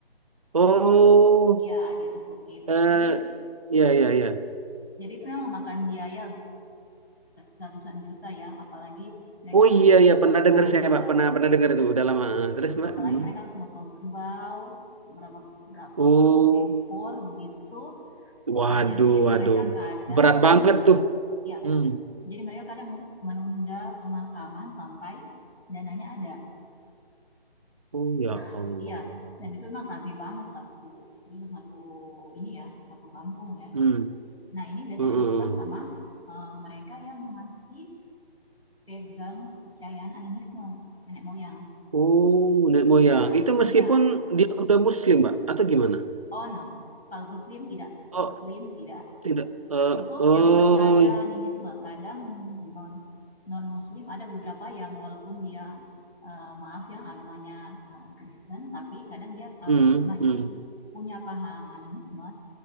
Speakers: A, on the right; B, on the left.
A: Oh,
B: Iya, di atas bukit.
A: eh
B: Jadi,
A: ya ya ya
B: jadi itu memang makan biaya beratusan juta ya, apalagi mereka
A: oh
B: harus
A: iya iya
B: potong
A: pernah dengar saya
B: ya,
A: pak pernah pernah dengar itu udah lama Ah, terus mbak
B: apalagi
A: Hmm.
B: mereka harus potong kerbau berapa berapa
A: oh
B: puluh ekor begitu.
A: waduh
B: Uh, jadi
A: waduh
B: mereka kadang
A: berat banget tuh
B: ya,
A: Hmm.
B: jadi mereka kadang menunda pemakaman sampai dananya ada.
A: Oh ya
B: Nah,
A: Allah.
B: iya, dan itu memang ramai banget satu bisa satu ini ya satu kampung ya
A: Hmm.
B: nah ini biasa
A: Mm-mm.
B: dilakukan sama uh, mereka yang masih pegang kepercayaan animisme nenek moyang
A: Oh, nenek moyang.
B: Ya,
A: Itu meskipun
B: iya.
A: dia udah muslim, Mbak, atau gimana?
B: Oh no. Kalau Muslim tidak,
A: Oh,
B: Muslim tidak.
A: tidak. Eh,
B: Khusus
A: oh.
B: yang percaya animisme, kadang non non Muslim ada beberapa yang walaupun dia eh, maaf ya agamanya eh, Kristen, tapi kadang dia kalau
A: Hmm,
B: masih
A: hmm.
B: punya paham animisme,